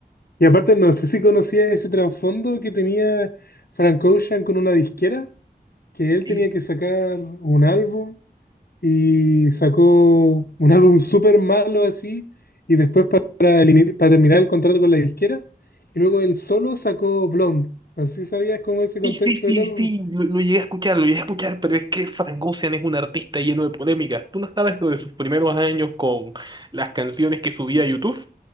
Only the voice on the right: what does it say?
<laughs>
Sí, sí, sí,
sí, lo, lo llegué a escuchar, lo llegué a escuchar, pero es que Frank es un artista lleno de polémicas. ¿Tú no sabes lo de sus primeros años con las canciones que subía a YouTube?